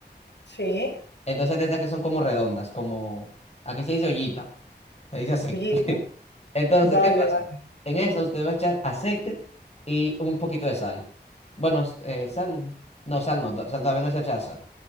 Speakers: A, on the left (about 75°); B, on the left (about 35°).
A: Sí,
B: Entonces de estas que son como redondas, como, aquí se dice ollita, se dice así.
A: ollita,
B: <laughs> Entonces,
A: vale,
B: ¿qué pasa?
A: vale.
B: En eso usted va a echar aceite y un poquito de sal. Bueno, s- eh,
A: sí.
B: sal, no, sal no, to- todavía no se echa sal.